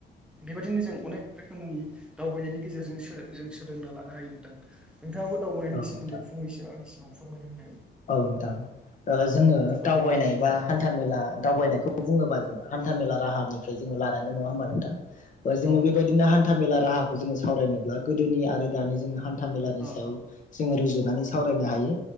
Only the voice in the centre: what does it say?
बेबायदिनो जों अनेक रोखोमनि दावबायनायनि गेजेरजों जों सोलोंना लानो हायो नोंथां। नोंथाङाबो दावबायनायनि
सोमोन्दै फंनैसो आंनि सिगाव फोरमायनो होदो।
औ
औ
औ नोंथां
औ
औ